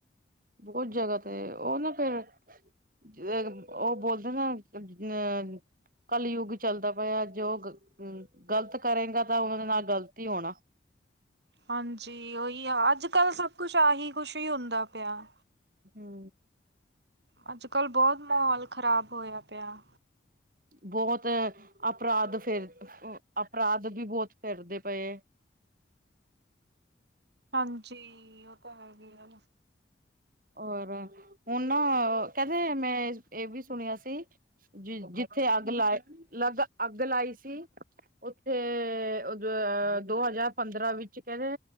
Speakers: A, on the right; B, on the right.
A: ਬੋਤ ਜਗਾ ਤੇ ਓ ਨਾ ਫੇਰ ਜ ਅ, ਓ ਬੋਲਦੇ ਨਾ ਅ ਕੱਲਯੁੱਗ ਚੱਲਦਾ ਪਯਾ ਜੋ ਗ ਗ਼ਲਤ ਕਰੇਂਗਾ ਤਾਂ ਓਨਾਂ ਦੇ ਨਾਲ ਗ਼ਲਤ ਈ ਹੋਣਾ
B: ਹਾਂਜੀ, ਉਈ ਆ ਆੱਜ-ਕਾੱਲ ਸਬ ਕੁਛ ਆਹੀ ਕੁਸ਼ ਈ ਹੁੰਦਾ ਪੇਆ।
A: ਹੂੰ।
B: ਆੱਜ-ਕਾੱਲ ਬਹੋਤ ਮਹੌਲ ਖ਼ਰਾਬ ਹੋਏਆ ਪੇਆ।
A: ਬਹੋਤ, ਅਪਰਾਦ ਫੇਰ ਅਪਰਾਦ ਵੀ ਬੋਤ ਫੇਰਦੇ ਪਏ।
B: ਹਾਂਜੀ, ਓ ਤਾਂ ਹੈਗੇ ਆ
A: ਹੋਰ, ਹੋਨ ਨਾ ਕੈਂਦੇ ਮੈਂ ਅ ਏ ਵੀ ਸੁਣੇਯਾ ਸੀ ਜੀ ਜਿੱਥੇ ਆੱਗ ਲਾ, ਲਗ ਆੱਗ ਲਾਈ ਸੀ ਓਥੇ, ਦ ਦੋ ਹਜਾਰ ਪੰਦਰਾਂ ਵਿੱਚ ਕੈਂਦੇ